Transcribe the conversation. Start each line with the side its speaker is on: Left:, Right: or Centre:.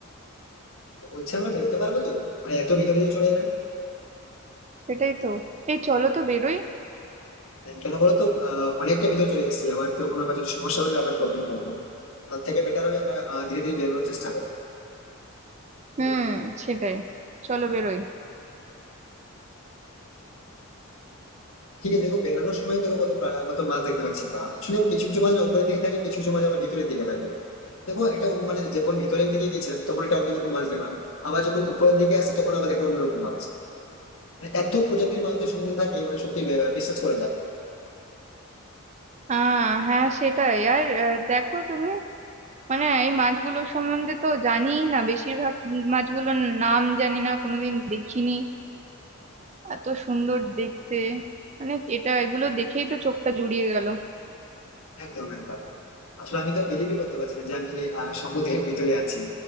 Left: বলছি আমরা বেরোতে পারবো তো মানে এত ভিতরে যে চলে এলাম
Right: সেটাই তো এই চলো তো বেরোই
Left: কেন বলতো আহ, অনেকটা ভিতরে চলে এসেছি আমার তখন আবার যদি সমস্যা হয় আবার প্রবলেম থাকবে তার থেকে বেটার হবে আমরা আহ, ধীরে ধীরে বেরোনোর চেষ্টা করবো কি
Right: হুম
Left: বলো?
Right: সেটাই চলো বেরোই
Left: ঠিক আছে দেখো বেরোনোর সময় দেখো কত প্রা- কত মাছ দেখতে পাচ্ছি বা আসলে কিছু কিছু মাছ না উপরের দিকে থাকে কিছু কিছু মাছ আবার ভিতরের দিকে থাকে দেখো একটা অন্য- মানে যখন ভিতরের দিকে গেছিলাম তখন একটা অন্যরকম মাছ দেখলাম আবার যখন উপরের দিকে আসি তখন আবার দেখো অন্যরকম মাছ মানে এত প্রজাতির মাছদের সমুদ্রে থাকে মানে সত্যি আহ, বিশ্বাস করা যায় না।
Right: আহ হ্যাঁ সেটাই আর আহ, দেখো তুমি মানে এই মাছগুলোর সম্বন্ধে তো জানিই না বেশিরভাগ মাছগুলোর নাম জানি না কোনোদিন দেখিনি এত সুন্দর দেখতে মানে এটা এগুলো দেখেই তো চোখটা জুড়িয়ে গেল
Left: একদম একবার আসলে আমি তো বিলিভই করতে পারছি না যে আমি আহ, সমুদ্রের ভিতরে আছি